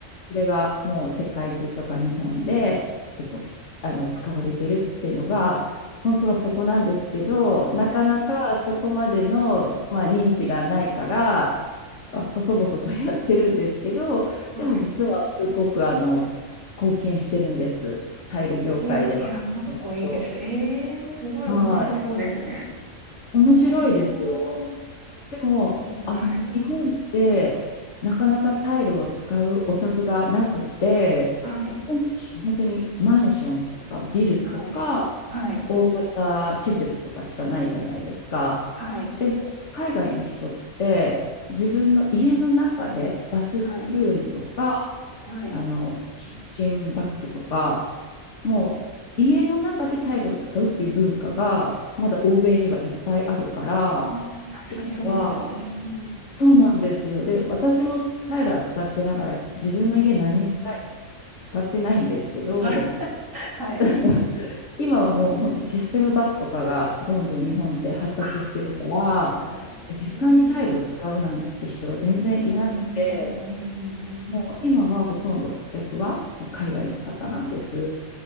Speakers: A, on the left; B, on the right.
A: それがもう世界中とか日本で結構あの使われてるっていうのが、本当はそこなんですけど、なかなかそこまでの、
B: はい。
A: まあ、認知がないから、あ細々とやってるんですけど、
B: はい。
A: でも実はすごくあの貢献してるんです、タイル業界では、
B: えー、いや、
A: この場所。
B: かっこいいです。えー、すごい面白そうですね。
A: はい。面白いですよ。
B: えー、
A: でも、
B: このはい、
A: あの、日本ってなかなかタイルを使うお宅がなくて、
B: はい、
A: 本本当にマンションとかビルとか
B: はい、はい、
A: 大型施設とかしかないじゃないですか。
B: はい、
A: でも、海外の人って自分の家の中でバスルームとか、
B: はい、はい。
A: あの、キッチンバッグとか、もう家の中でタイルを使うっていう文化がまだ欧米にはいっぱいあるから
B: ああ、確かにそうですよね。
A: 今は
B: うん、
A: そうなんですよで私もタイルは使ってながら自分の家何にもタイル
B: うん、うん、うん。うん
A: 使ってないんですけど
B: <laughs> はい。
A: <laughs> 今はもう本当システムバスとかがどんどん日本って発達してるからそう床にタイルを使うなんて人が全然いなくて
B: あー、そうですよね。うん、うん、うん、うん、うん、うんうん。
A: もう今はほとんど顧客はもう海外の方なんです。